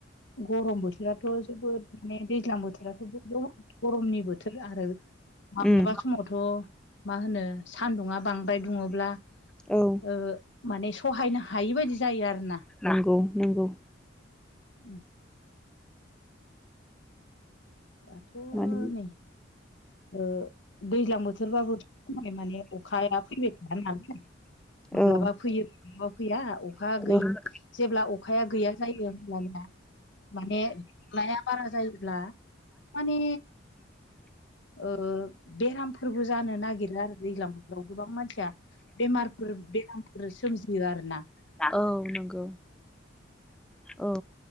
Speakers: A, on the left; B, in the centre.
A: गरम बोथोराथ' जोबोद माने दैज्लां बोथोराथ' गरमनि बोथोर आरो माब्लाबा
B: उम
A: समावथ' मा होनो सान्दुङा बांद्राय दुङोब्ला
B: औ
A: ओ माने सहायनो हायि बायदि जायो आरोना
B: नंगौ नंगौ
A: उ दाथ'
B: माने
A: नै ओ दैज्लां बोथोरबाबोथ' खमाय माने अखाया फैबाय थाया नालाय। माब्लाबा
B: औ
A: फैयो माब्लाबा फैया अखा गैयै
B: उम
A: जेब्ला अखाया गैया जायो होमब्लाना माने लाया बारा जायोब्ला माने ओ बेरामफोरबो जानो नागिरो आरो दैलां बोथोराव गोबां मानसिया बेमारफोर बेरामफोर सोमजियो आरो ना
B: औ नोंगौ औ।